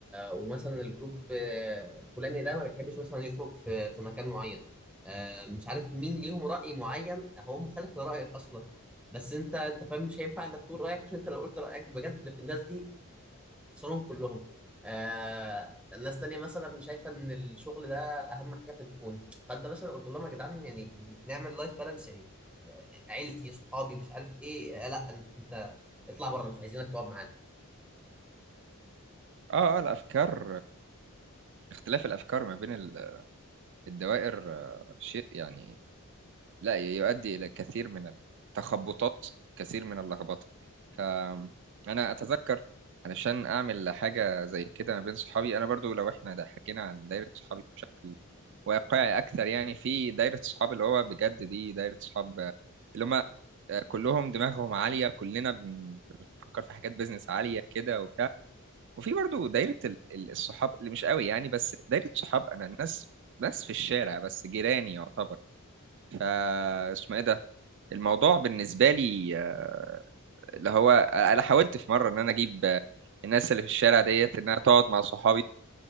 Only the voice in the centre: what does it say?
ومثلا الجروب آه، الفلاني ده ما بيحبش مثلا يخرج في في مكان معين آه، مش عارف مين ليهم رأي معين هو مخالف لرأيك أصلا بس أنت أنت فاهم مش هينفع إنك تقول رأيك عشان أنت لو قلت رأيك بجد في الناس دي خسرهم كلهم آه الناس تانية مثلا شايفة إن الشغل ده أهم حاجة في الكون فأنت مثلا قلت لهم يا جدعان يعني نعمل لايف بالانس يعني آه، عيلتي صحابي مش عارف إيه آه لا أنت أنت اطلع بره مش عايزينك تقعد معانا